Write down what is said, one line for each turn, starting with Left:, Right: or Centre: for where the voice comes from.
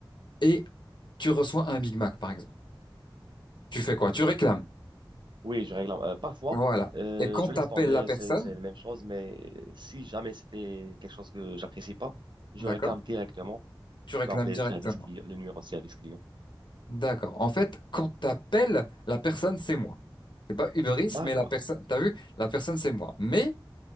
Left: et tu reçois un Big Mac par exemple. Tu fais quoi? Tu réclames.
Right: Oui, je réclame. Euh, parfois,
Left: Voilà.
Right: euh,
Left: Et quand
Right: je
Left: t'appelles
Right: laisse tomber,
Left: la personne,
Right: c'est c'est la même chose, mais si jamais c'était quelque chose que j'apprécie pas, je
Left: d'accord?
Right: réclame directement.
Left: Tu
Right: Je
Left: réclames
Right: peux appeler
Left: directement.
Right: le service client, le numéro de service client.
Left: D'accord. En fait, quand t'appelles la personne, c'est moi. C'est pas Uber Eats,
Right: D'accord.
Left: mais la personne, t'as vu, la personne, c'est moi. Mais